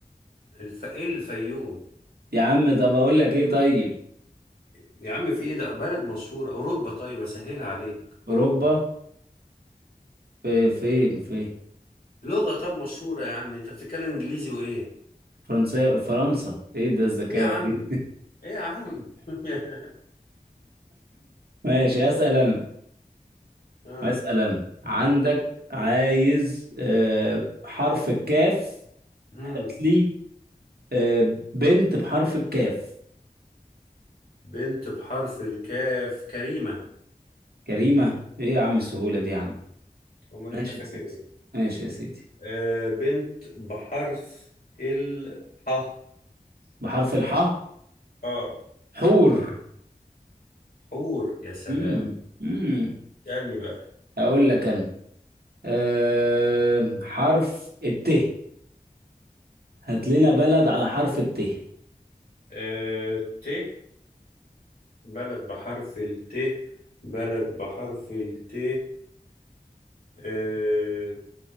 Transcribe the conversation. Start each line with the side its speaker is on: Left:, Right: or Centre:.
Left: الف ايه الفيوم
Right: يا عم طب اقول لك ايه طيب
Left: يا عم في ايه ده بلد مشهورة اوروبا طيب اسهلها عليك
Right: اوروبا
Left: اوروبا
Right: في فين في
Left: لغة طب مشهورة يا عم انت بتتكلم انجليزي وايه
Right: فرنسا فرنسا ايه ده الذكاوة
Left: ايه يا عم
Right: دي
Left: ايه يا عم <laughs>
Right: ماشي اسال انا
Left: اه
Right: اسال انا عندك عايز آه، حرف الكاف
Left: مم.
Right: هات لي آه، بنت بحرف الكاف
Left: بنت بحرف الكاف كريمة
Right: جريمة ايه يا عم السهولة دي يا عم
Left: امال
Right: ماشي
Left: انت فاكر
Right: يا سيدي
Left: ايه
Right: ماشي يا سيدي
Left: آه بنت بحرف الح
Right: بحرف الحاء
Left: اه
Right: حور
Left: حور يا سلام
Right: امم امم
Left: اسألني بقى
Right: اقول لك انا أه حرف الت هات لنا بلد على حرف الت
Left: آه ت بلد بحرف الت بلد بحرف الت آه